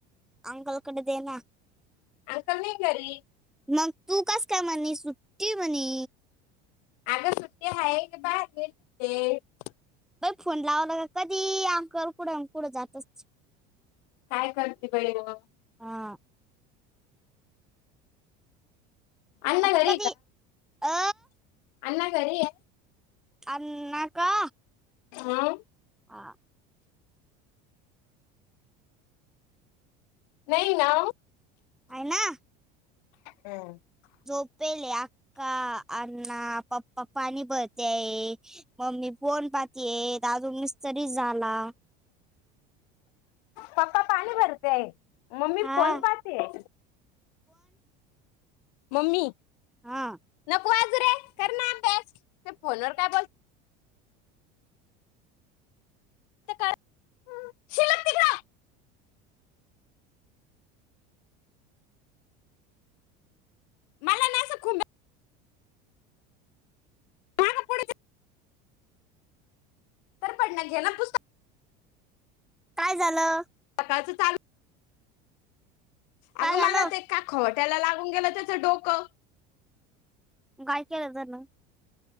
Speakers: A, in the centre; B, on the left.
A: आंकल कड दे ना.
B: आंकल नाई घरी.
A: मग तू कस काय म्हणे सुट्टी म्हणे.
B: अगं सुट्टी हाय <unintelligible>
A: बग फोन लावलं क कधी अंकल कुठंन कुठं जातच
B: काय करते बाई म.
A: हां.
B: अण्णा
A: आता
B: घरी
A: कधी अ.
B: आण्णा घरी हायत?
A: आण्णा का.
B: हां.
A: आ.
B: नाही ना.
A: आहे ना.
B: हम्.
A: झोपेले आक्का, आण्णा. पप्पा पाणी भरते मम्मी फोन पाहतीये दादु मिस्तरी झाला.
B: पप्पा पाणी भरते आहे. मम्मी
A: हा
B: फोन पाहते? मम्मी.
A: हां.
B: तू आत जा रे कर ना अभियास ते फोन वर काय बोल <inaudible> मला ना असं खूप भे. <unintelligible> तर पडण्यात घे ना पुस्तक
A: काय झालं?
B: सकाळचं चालू.
A: काय
B: अगं
A: झालं
B: मला ते का खवट त्याला लागून गेलं त्याच डोकं
A: मग काय केल त्यान